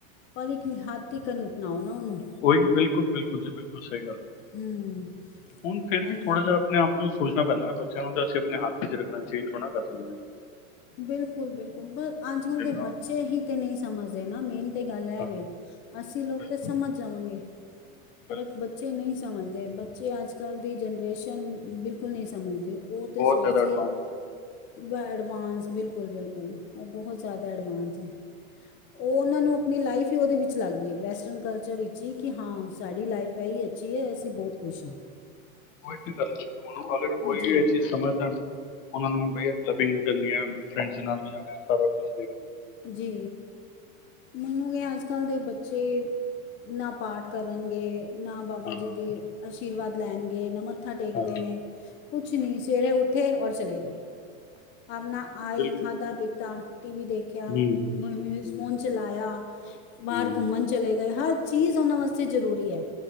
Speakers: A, on the left; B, on the left.
A: ਪਰ ਇੱਕ ਰਿਹਾਤੀਕਨ ਅਪਨਾਓ ਨਾ ਔਨੂੰ‌।
B: ਓਈ, ਬਿਲਕੁਲ -ਬਿਲਕੁਲ ਜੀ ਬਿਲਕੁਲ ਸਹੀ ਗੱਲ ਏ
A: ਹੂੰ
B: ਹੁਣ ਫਿਰ ਵੀ
A: ਇਹੀ
B: ਥੋੜਾ
A: ਗੱਲ
B: ਜਾ ਆਪਨੇ ਆਪ ਨੂੰ ਸੋਚਨਾ ਪੈਂਦਾ ਨਾ ਬੱਚਿਆਂ ਨੂੰ ਤਾਂ ਅਸੀਂ ਆਪਨੇ ਹੱਥ ਚ ਰੱਖਨਾ ਚੇਜ ਥੋੜ੍ਹਾ ਨਾ ਕਰ ਸਕਦੇ ਹਾਂ
A: ਬਿਲਕੁਲ ਬਿਲਕੁਲ ਪਰ ਅੱਜ ਕੱਲ
B: ਜਿੰਨਾ
A: ਦੇ ਬੱਚੇ ਹੀ ਤੇ ਨਹੀਂ ਸਮਝਦੇ ਨਾ ਮੇਨ ਤੇ ਗੱਲ ਐ
B: ਹਾਂ,
A: ਵੇ ਅਸੀਂ ਲੋਕ
B: ਬਿਲਕੁਲ
A: ਤਾਂ ਸਮਝ ਜਾਵਾਂਗੇ
B: ਬਿਲਕੁਲ
A: ਬਟ ਬੱਚੇ ਨਹੀਂ ਸਮਝਦੇ ਬੱਚੇ ਅੱਜ ਕੱਲ ਦੀ ਜਨਰੇਸ਼ਨ ਬਿਲਕੁਲ ਨਹੀਂ ਸਮਝਦੇ ਉਹ ਤਾਂ
B: ਬਹੁਤ
A: ਸੋਚ
B: ਜ਼ਿਆਦਾ ਐਡਵਾਂਸ
A: <unintelligible> ਐਡਵਾਂਸ ਬਿਲਕੁਲ ਬਿਲਕੁਲ ਉਹ ਬਹੁਤ ਜ਼ਿਆਦਾ ਐਡਵਾਂਸ ਹੈ ਉਹ ਉਹਨਾਂ ਨੂੰ ਆਪਣੀ ਲਾਈਫ ਹੀ ਉਹਦੇ ਵਿੱਚ ਲੱਗਦੀ ਹੈ ਵੈਸਟਰਨ ਕਲਚਰ ਵਿੱਚ ਹੀ ਕਿ ਹਾਂ ਸਾਡੀ ਲਾਈਫ ਹੈ ਹੀ ਅੱਛੀ ਹੈ ਅਸੀਂ ਬਹੁਤ ਖੁਸ਼ ਹਾਂ
B: <unintelligible>
A: ਜੀ
B: ਉਹਨਾਂ ਨੂੰ ਵਧੀਆ ਕਲੱਬਿੰਗ ਵੀ ਕਰਨੀ ਹੈ ਫਰੈਂਡਸ ਦੇ ਨਾਲ ਵੀ ਜਾਣਾ ਸਾਰਾ ਕੁਛ
A: ਜੀ ਮਨੋਗੇ ਅੱਜ ਕੱਲ੍ਹ ਦੇ ਬੱਚੇ ਨਾ ਪਾਠ ਕਰਨਗੇ ਨਾ ਬਾਬਾ
B: ਹੈ
A: ਜੀ
B: ਹਾਂ
A: ਦੀ ਆਸ਼ੀਰਵਾਦ ਲੈਨਗੇ ਨਾ ਮੱਥਾ ਟੇਕਦੇ
B: ਹਾਂ
A: ਨੇ ਕੁਛ ਨੀ ਸਵੇਰੇ ਉਠੇ ਔਰ ਚਲੇ ਗਏ ਆਪਨਾ ਆਏ
B: ਬਿਲਕੁਲ
A: ਖਾਧਾ ਪੀਤਾ ਟੀ ਵੀ ਦੇਖੇ <unintelligible>
B: ਹੂੰ ਹੂੰ
A: ਫੋਨ ਚਲਾਇਆ ਬਾਹਰ
B: ਹੂੰ
A: ਘੁੰਮਨ ਚਲੇ ਗਏ ਹਰ ਚੀਜ਼ ਉਹਨਾਂ ਵਾਸਤੇ ਜ਼ਰੂਰੀ ਐ